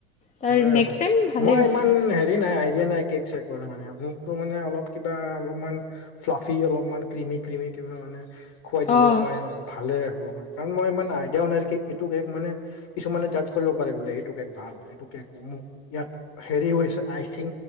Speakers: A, on the left; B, on the left.
A: তাৰ
B: হয়
A: নেক্সট
B: আৰু,
A: টাইম ভালে
B: মই
A: হৈছিলে।
B: ইমান হে হেৰি নাই আইডিয়া নাই কেক চেকৰ মানে মোকতো মানে অলপ কিবা অলপমান ফ্লাফি অলপমান ক্ৰিমি ক্ৰিমি কিবা মানে খুৱাই দিলেও
A: অঁ
B: মই ভালে হয় কাৰণ মই ইমান আইডিয়াও নাই এইটো কেক মানে কিছুমানে জাজ কৰিব কৰে বোলে এইটো কেক ভাল এইটো কেক মোক ইয়াত হেৰি হৈছে আই ছিং।